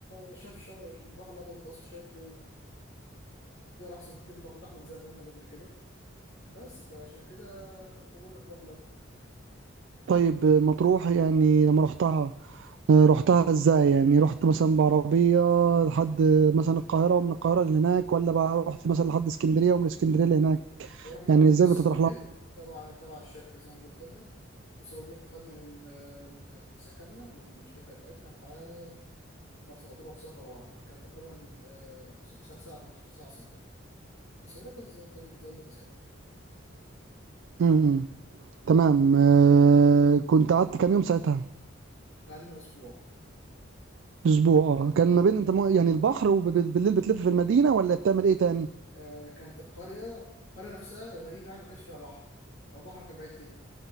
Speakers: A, on the left; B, on the right.
A: شاف شا- البحر الأبيض المتوسط شايفه اختيار أحسن كتير من البحر الأحمر زي ما قلنا قبل كده بس فعشان كده بقول لك البحر الأبيض
B: طيب آه، مطروح يعني لما رحتها آه، رحتها ازاي يعني رحت مثلا بعربيه لحد آه، مثلا القاهره ومن القاهره لهناك ولا بقى رحت مثلا لحد اسكندريه ومن اسكندريه لهناك
A: رحنا
B: يعني
A: باتوبيس
B: ازاي بتطرح
A: سوبر جيت
B: لها
A: تبع تبع الشركه زي ما قلت لك السوبر جيت خدنا من من سكننا من الشركه بتاعتنا لحد مرسى مطروح سفر واحد كان تقريبا آه، 16 ساعه 13 ساعه سفر بس الرحله كانت ز- كانت ظريفه ساعتها
B: امم تمام آه، كنت قعدت كام يوم ساعتها
A: قعدنا اسبوع
B: اسبوع اه كان ما بين انت مو- يعني البحر وبالليل بتلف في المدينه ولا بتعمل ايه تاني
A: آه، كانت القريه القريه نفسها الغريب يعني ما كانش فيها بحر أو البحر كان بعيد جدا